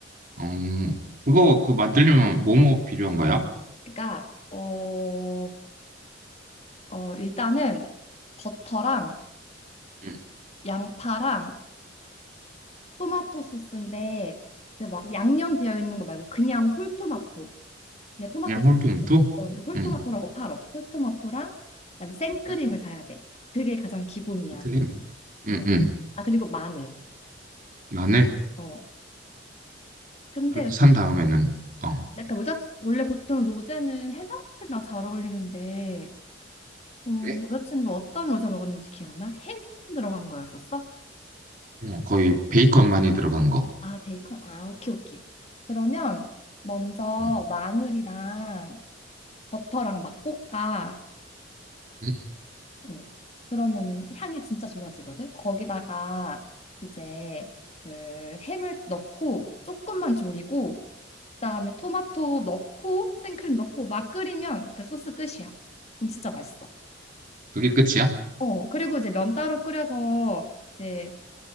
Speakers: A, on the right; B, on the left.
A: 음, 그거 그 만들려면 뭐뭐 필요한 거야?
B: 그러니까 어, 어, 일단은 버터랑
A: 응.
B: 양파랑 토마토 소스인데 그막 양념 되어 있는 거 말고 그냥 홀토마토 그냥 토마토
A: 그냥
B: 자체.
A: 홀토마토?
B: 어, 근데 홀토마토라고
A: 응.
B: 팔어 홀토마토랑 그다음에 생크림을
A: 응.
B: 사야 돼 그게 가장 기본이야
A: 림
B: 어
A: 응, 응.
B: 아 그리고 마늘
A: 마늘.
B: 어 근데
A: 이렇게
B: 여자
A: 산 다음에는 어.
B: 약간 여자 원래 보통 로제는 해산물이랑 잘 어울리는데 어
A: 그래?
B: 여자친구 어떤 로제 먹었는지 기억나? 햄 들어간 거였었어?
A: 응, 거의 베이컨 많이 들어간 거.
B: 아 베이컨 아 오케이 오케이 그러면 먼저
A: 응.
B: 마늘이랑 버터랑 막 볶아.
A: 응.
B: 어. 그러면은 향이 진짜 좋아지거든. 거기다가 이제 그 햄을 넣고 조금만 졸이고 그다음에 토마토 넣고 생크림 넣고 막 끓이면 그 소스 끝이야. 그럼 진짜 맛있어.
A: 그게 끝이야?
B: 어, 그리고 이제 면 따로 끓여서 이제